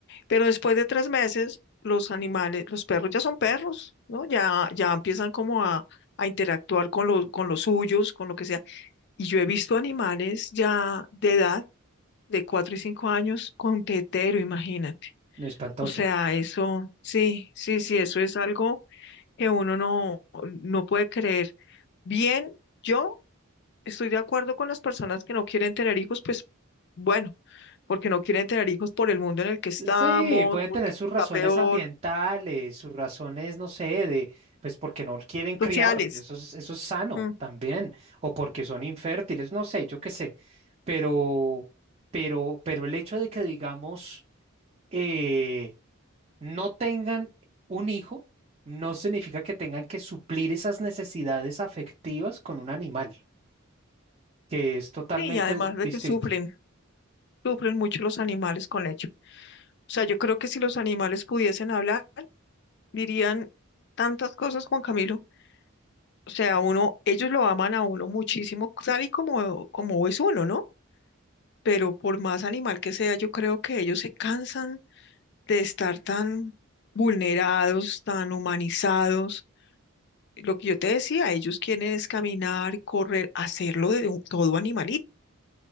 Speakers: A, on the left; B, on the right.
A: Pero después de tres meses, los animales, los perros ya son perros, ¿no? Ya, ya empiezan como a, a interactuar con los, con los suyos, con lo que sea. Y yo he visto animales ya de edad, de cuatro y cinco años, con tetero, imagínate.
B: No espantoso.
A: O sea, eso, sí, sí, sí, eso es algo que uno no, no puede creer. Bien, yo estoy de acuerdo con las personas que no quieren tener hijos, pues bueno, porque no quieren tener hijos por el mundo en el que
B: Sí,
A: estamos,
B: sí, pueden
A: porque
B: tener sus razones
A: está peor
B: ambientales, sus razones, no sé, de, pues porque no quieren criar,
A: sociales.
B: eso es, eso es sano
A: Mm.
B: también, o porque son infértiles, no sé, yo qué sé, pero, pero, pero el hecho de que, digamos, eh, no tengan un hijo, no significa que tengan que suplir esas necesidades afectivas con un animal, que es totalmente
A: Sí, y además de
B: distinto.
A: que sufren, sufren mucho los animales con ello. O sea, yo creo que si los animales pudiesen hablar, dirían tantas cosas, Juan Camilo. O sea, uno, ellos lo aman a uno muchísimo, tal y como, como es uno, ¿no? Pero por más animal que sea, yo creo que ellos se cansan de estar tan vulnerados, tan humanizados. Lo que yo te decía, ellos quieren es caminar, correr, hacerlo de un- todo animalito,